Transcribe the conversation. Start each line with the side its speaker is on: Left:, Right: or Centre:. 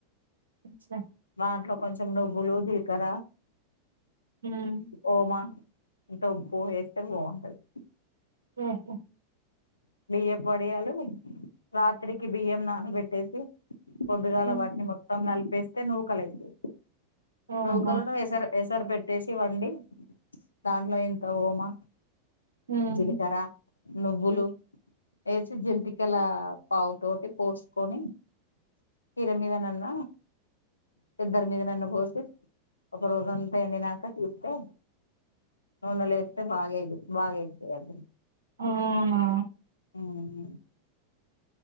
Right: అచ్చా
Left: మాంట్లో కొంచెం నువ్వులు జిలకర
Right: ఉమ్
Left: ఓమా ఇంత ఉప్పు వేస్తే బాగుంటది
Right: ఓహఓ
Left: బియ్య పొడియాలు రాత్రికి బియ్యం నానబెట్టేసి పొద్డుగాల
Right: ఉమ్
Left: వాట్టిని మొత్తం నల్ వేస్తే నూవుకలైతే
Right: ఓహో
Left: లోౌకలను ఎసర పెసర్ పెట్టేసి వండి దాంట్లో ఇంత వోమా
Right: ఉమ్
Left: జీలకర నువ్వులు వేసి జంతికల పావు తోటి పోసుకొని కీర మీదనన్న ఎద్దరి మీదనన్న పోసి ఒక రోజంతా ఎండినాక చూస్తే. నూనలో ఎస్తే బా ఆగి బాగాయితే అంట
Right: ఆవునా
Left: అవును